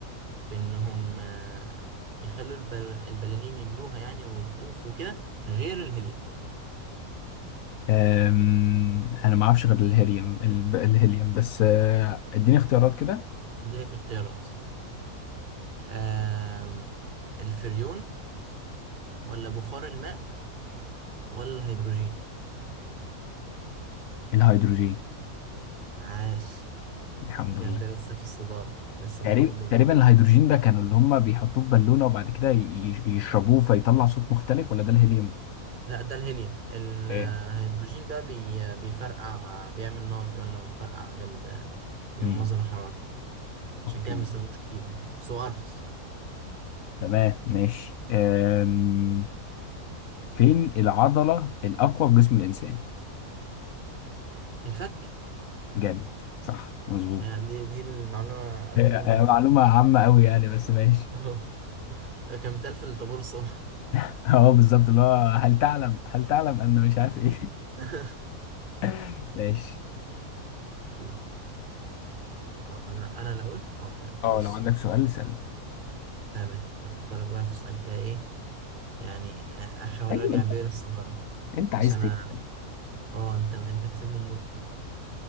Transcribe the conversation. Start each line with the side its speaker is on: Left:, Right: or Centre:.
Right: في انهم آه، يخلوا البل... البلالين يملوها يعني ويطوفوا كده غير الهيليوم
Left: أم، انا ما اعرفش غير الهيليوم الب- الهيليوم بس آه، اديني اختيارات كده
Right: اديلك اختيارات أم... الفريون ولا بخار الماء ولا الهيدروجين
Left: الهيدروجين
Right: عاش
Left: الحمد
Right: كده
Left: لله
Right: انت لسه في الصدارة لسه
Left: تقريبا
Right: متقدم
Left: تقريبا الهيدروجين ده كانوا اللي هم بيحطوه في بالونة وبعد كده ي- ي- يشربوه فيطلع صوت مختلف ولا ده الهيليوم
Right: لا ده الهيليوم الهيدروجين
Left: ايه
Right: بقى بي... بيفرقع بيعمل نار كمان لو فرقع جنب جنب
Left: امم
Right: مصدر الحرارة
Left: اوكي
Right: عشان كده ما بيستخدموش كتير يعني بس هو أرخص
Left: تمام ماشي أم، فين العضلة الأقوى في جسم الإنسان
Right: الفك
Left: جامد صح مظبوط
Right: يعني دي دي المعلومة عارف
Left: هي-
Right: دي من
Left: هي
Right: منظر
Left: معلومة عامة أوي يعني بس ماشي
Right: اهو <laughs> كان بيتقال في الطابور الصبح
Left: <laughs> اه بالظبط اللي هو هل تعلم هل تعلم أن مش عارف إيه
Right: <laughs>
Left: <laughs> ماشي
Right: قول. اه، انا انا اللي اقول اه تمام
Left: اه
Right: بص
Left: لو عندك سؤال اسألني
Right: تمام هفكرك بقى في سؤال كده ايه يعني آه، احاول
Left: ايوه
Right: ارجع
Left: انت
Right: بيا للصدارة
Left: انت عايز
Right: عشان
Left: تكسب
Right: أ- اه انت انت كسبني النقطة